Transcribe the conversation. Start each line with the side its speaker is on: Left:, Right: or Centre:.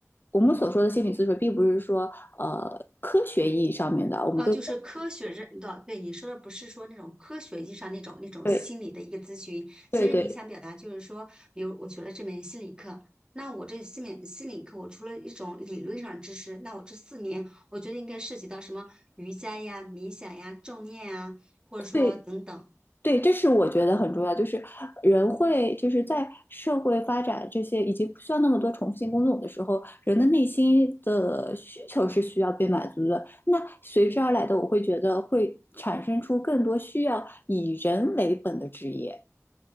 Left: 我们所说的心理咨询，并不是说呃科学意义上面的，我们更
Right: 哦，就是科学认的，对你说的不是说那种科学意义上那种那种心理的一个咨询。
Left: 对对对
Right: 其实你想表达就是说，比如我学了这门心理课，那我这四门心理课，我除了一种理论上知识，那我这四年，我觉得应该涉及到什么瑜伽呀、冥想呀、正念啊，或者说等等。
Left: 对对，这是我觉得很重要，就是人会就是在社会发展这些以及不需要那么多重复性工作的时候，人的内心的需求是需要被满足的。那随之而来的，我会觉得会产生出更多需要以人为本的职业。